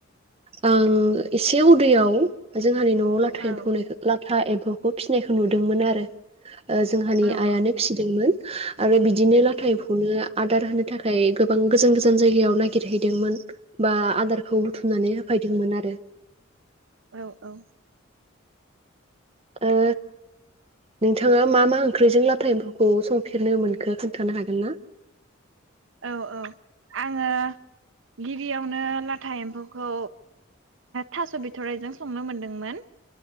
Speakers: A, on the right; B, on the right.
A: ओं एसे उदैयाव जों हानि न'आव लाथा
B: औ
A: एम्फौनायखौ लाथा था एम्फौखौ फिसिनायखौ नुदोंमोन आरो। ओ जोंहानि
B: औ
A: आइयानो
B: औ
A: फिसिदोंमोन। <inaudible> आरो बिदिनो लाथा एम्फौनो आदार होनो थाखाय बां गोजान गोजान जायगायाव नागिरहैदोंमोन बा आदारखौ थुमनानै होफायो दोंमोन आरो।
B: औ औ।
A: ओ नोंथाङा मा मा ओंख्रिजों लाथा एम्फौखौ संफेरनो मोनखो खोन्थानो हागोन ना?
B: औ औ आङो गिबियावनो लाथा एम्फौखौ थास' बिथ'रायजों संनो मोनदोंमोन।